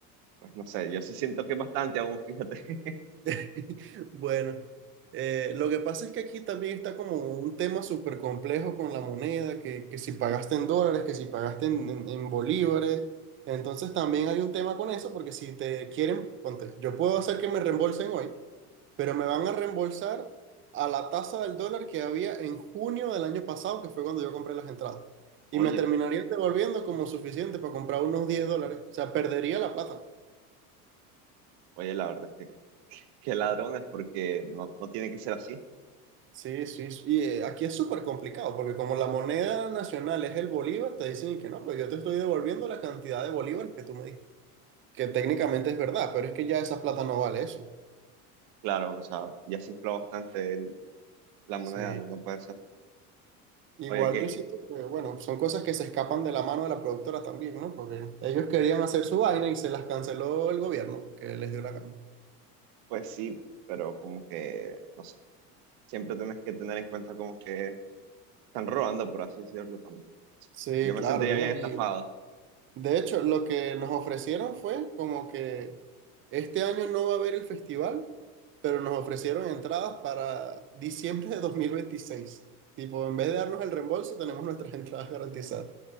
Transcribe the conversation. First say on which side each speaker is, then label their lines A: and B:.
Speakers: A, on the right (about 55°); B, on the right (about 30°).
A: Pues no sé, yo sí siento que es bastante aún, fíjate. <laughs>
B: <laughs> Bueno, eh, lo que pasa es que aquí también está como un tema súper complejo con la moneda, que, que si pagaste en dólares, que si pagaste en, en- en bolívares. Entonces también hay un tema con eso, porque si te quieren, ponte, yo puedo hacer que me reembolsen hoy, pero me van a reembolsar a la tasa del dólar que había en junio del año pasado, que fue cuando yo compré las entradas. Y
A: Oye,
B: me terminarían devolviendo como suficiente para comprar unos 10 dólares. O sea, perdería la plata.
A: oye, la verdad es que qué ladrones, porque no, no tiene que ser así.
B: Sí, sí, sí. y eh, aquí es súper complicado porque como la moneda nacional es el bolívar, te dicen que no, pero yo te estoy devolviendo la cantidad de bolívar que tú me diste, que técnicamente es verdad, pero es que ya esa plata no vale eso.
A: Claro, o sea, ya se infló bastante el- la
B: Sí,
A: moneda, no puede ser.
B: Igual
A: Oye, qué,
B: yo siento que, bueno, son cosas que se escapan de la mano de la productora también, ¿no? Porque ellos querían hacer su vaina y se las canceló el gobierno porque les dio la gana.
A: Pues sí, pero como que, no sé, siempre tenés que tener en cuenta como que están robando, por así decirlo también. O sea,
B: Sí,
A: yo me
B: claro,
A: sentiría
B: ¿no?
A: bien estafado.
B: Y de hecho, lo que nos ofrecieron fue como que este año no va a haber el festival, pero nos ofrecieron entradas para diciembre de 2026. Tipo, en vez de darnos el reembolso, tenemos nuestras <laughs> entradas garantizadas.